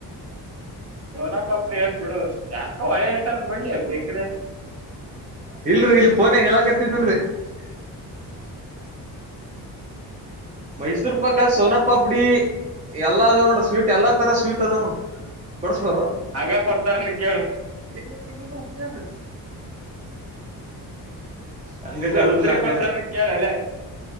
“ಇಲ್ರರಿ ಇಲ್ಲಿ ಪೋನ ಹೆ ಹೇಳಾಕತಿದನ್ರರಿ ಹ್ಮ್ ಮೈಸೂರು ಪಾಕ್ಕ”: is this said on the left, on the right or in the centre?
Right